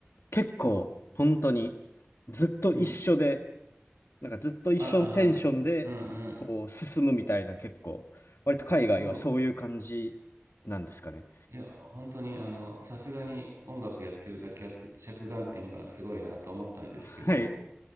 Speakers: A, on the left (about 70°); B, on the right (about 80°).
A: 結構、本当に、ずっと一緒で、
B: うん。
A: なんかずっと一緒のテンションで、
B: あ、あ、うんうん。
A: こう、進むみたいな、結構、割と海外はそういう感じなんですかね。
B: そう。いや、本当に、あの、さすがに音楽やってるだけあって着眼点がすごいなと思ったんですけど、
A: はい。